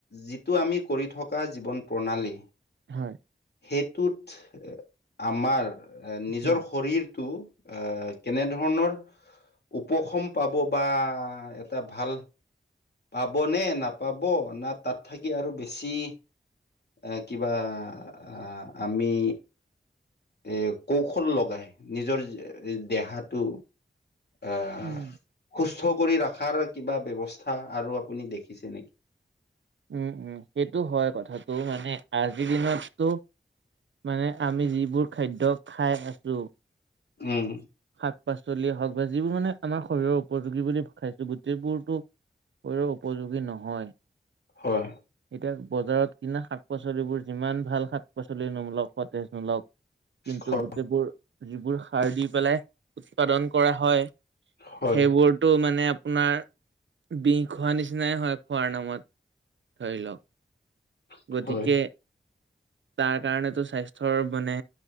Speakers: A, on the left; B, on the right.
A: যিটো আমি কৰি থকা জীৱন প্ৰণালী
B: হয়,
A: সেইটোত আমাৰ নিজৰ
B: হয়।
A: শৰীৰটো আহ কেনেধৰণৰ উপশম পাব বা এটা ভাল পাব নে নাপাব না তাত থাকি আৰু বেছি এ কিবা আহ আমি এ কৌশল লগাই নিজৰ দেহাটো আহ
B: উম,
A: সুস্থ কৰি ৰখাৰ কিবা ব্যৱস্থা আৰু আপুনি দেখিছে নেকি
B: উম উম সেইটো হয় কথাটো মানে আজিৰ দিনতো মানে আমি যিবোৰ খাদ্য খাই আছো
A: উম
B: শাক পাচলি হওক বা যিবোৰ মানে আমাৰ শৰীৰৰ উপযোগী বুলি খাইছো গোটেইবোৰতো শৰীৰৰ উপযোগী নহয়
A: হয়
B: এতিয়া বজাৰত কিনা শাক পাচলিবোৰ যিমান ভাল শাক পাচলি নোমোক সতেজ নোলওক কিন্তু
A: হয়
B: গোটেইবোৰ যিবোৰ সাৰ দি পেলাই উৎপাদন কৰা হয়
A: হয়
B: সেইবোৰতটো মানে আপোনাৰ বিষ খোৱা নিচিনাই হয় খোৱাৰ নামত ধৰি লওক
A: হয়
B: গতিকে তাৰ কাৰণেতটো স্বাস্থ্যৰ মানে